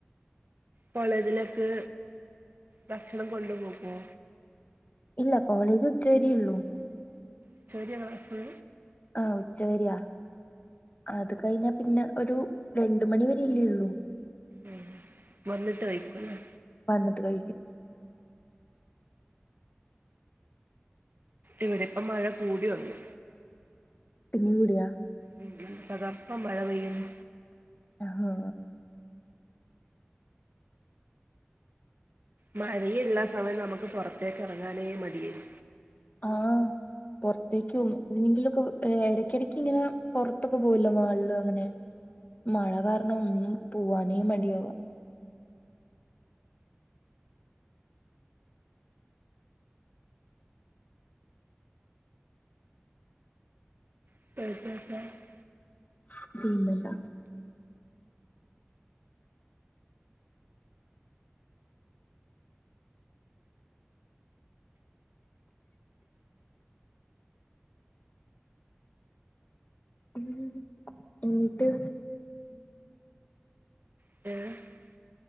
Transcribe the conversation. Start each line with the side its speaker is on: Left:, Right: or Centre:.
Right: കോളേജിലേക്ക് ഭക്ഷണം കൊണ്ടു പോകോ?
Left: ഇല്ല കോളേജ് ഉച്ച വരെ ഉള്ളൂ.
Right: ഉച്ച വര്യാ ക്ലാസ്?
Left: ആഹ് ഉച്ച വര്യാ. അത് കഴിഞ്ഞാ പിന്നെ ഒരു രണ്ട് മണി വരെ അല്ലേ ള്ളൂ.
Right: ഉം. വന്നിട്ട് കഴിക്കു ല്ലേ.
Left: വന്നിട്ട് കഴിക്കും.
Right: ഇവടിപ്പം മഴ കൂടി വന്ന്.
Left: പിന്നിം കൂടിയാ?
Right: ഉം നല്ല തകർപ്പം മഴ പെയ്യ്ണ്.
Left: ആഹ് ഹാ.
Right: മഴയ്ള്ളാ സമയം നമുക്ക് പുറത്തേക്ക് ഇറങ്ങാനേ മടിയായി
Left: ആഹ്. പുറത്തേക്കും എന്തിനെങ്കിലൊക്കെ എടയ്ക്കിടക്ക് ഇങ്ങനെ പുറത്തൊക്കെ പോവൊല്ലോ മാളില് അങ്ങനെ. മഴ കാരണം ഒന്നും പോവാനേ മടിയാവാ.
Right: <unintelligible>
Left: <unintelligible> ഉം എന്നിട്ട്
Right: <inaudible>